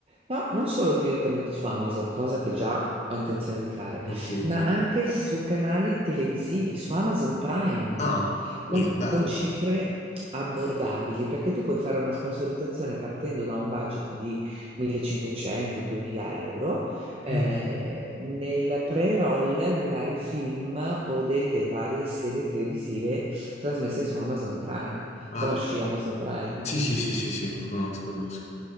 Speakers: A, on the right; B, on the left.
A: no, non solo direttamente su Amazon, cosa che già ho intenzione di fare,
B: Ok,
A: ma
B: ok.
A: anche su canali televisivi, su Amazon Prime,
B: Ah, beh,
A: con,
B: bello.
A: con cifre abbordabili, perché tu puoi fare una sponsorizzazione partendo da un budget di 1500-2000 euro eh,
B: Mm,
A: nel pre-roll dei vari film o delle varie serie televisive trasmesse su Amazon Prime.
B: bello.
A: Conosci Amazon Prime?
B: Sì, sì, sì, sì, sì, lo conosco, lo conosco.